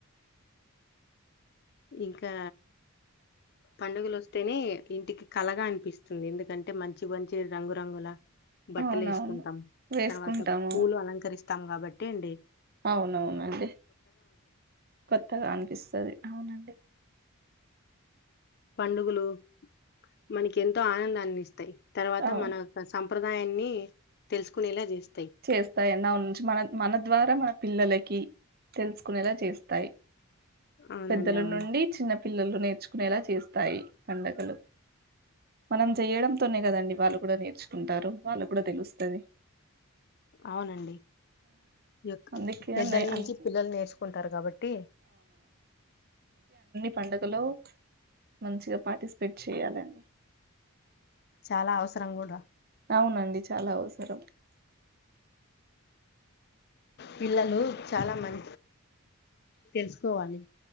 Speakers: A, on the left; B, on the right.
A: ఇంకా పండగలొస్ తేనే ఇంటికి కళగా అనిపిస్ తుంది ఎందుకంటే మంచి మంచి రంగురంగులా బట్టలేసుకుంటాం
B: అవునవును వేసుకుంటాము
A: తర్వాత పూలు అలంకరిస్తాం కాబ టేండి
B: అవునవునండి కొత్తగా అన్పిస్తాది అవునండి
A: పండుగలు మనకి ఎంతో ఆనందాన్ని ఇస్ తర్వాత
B: అవును
A: మనం ప్రసం ప్రదాయాన్ని తెలుసుకునేలా చేస్
B: చేస్తాయిన్న ఉంచి మన మన ద్వారా మన పిల్లలకి తెలుసుకొనేలా చేస్తాయి
A: అవునండి
B: పెద్దల
A: అవును
B: నుండి చిన్న పిల్లలు నేర్చ్ నేలా చేస్తాయి పండగలు మనం చేయడంతోనే కదండి వాళ్ళు కూడా నేర్చుకుంటారు వాళ్ళు కూడా తెలుస్తాది
A: అవునండి యొక్
B: అందుకే
A: పెద్దల
B: నే
A: నుంచి
B: అన్
A: పిల్లలు నేర్చుకుంటారు కాబట్టి
B: పండుగలో మంచిగా పార్టిసిపేట్ చేయాలండి
A: చాలా అవసరం కూడా
B: అవునండి చాలా అవసరం
A: పిల్లలు చాలా మం తెలుసుకోవాలి